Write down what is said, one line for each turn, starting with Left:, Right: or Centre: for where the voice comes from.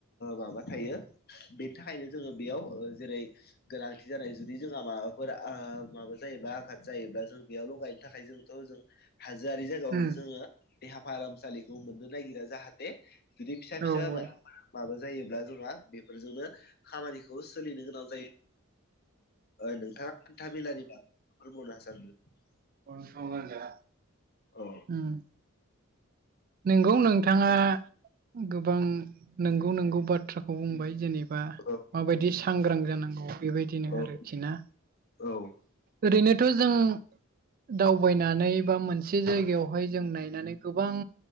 Left: माबा थायो बेनि थाखायनो जोङो बेयाव ओजेरै गोनांथि जानाय जुदि जोंहा माबाफोर माबा आ जायोबब्ला आघाद जायोब्ला जों बेयावलगायनो थाखाय जों थ' जों हाजोआरि जायगायाव
Right: उम
Left: जोङो देहा फाहामसालिखौ मोननो नागिरा जाहाथे जुदि फिसा
Right: औ
Left: फिसा मा
Right: औ
Left: माबा जायोब्ला जोंहा बेफोरजोंनो खामानिखौ सोलिनो गोनां जायो नोंथाङा हान्थाामेलानि <unintelligible>
Right: बसगर दा
Left: औ
Right: उम नोंगौ नोंथाङा गोबां नंगौ नंगौ बाथ्राखौ बुंबाय जेनेबा
Left: औ
Right: माबायदि सांग्रां जानांगौ बेबायदिनो
Left: औ
Right: आरोखि ना
Left: आं
Right: ओरैनोथ' जों दावबायनानै बा मोनसे जायगायावहाय जों नायनानै गोबां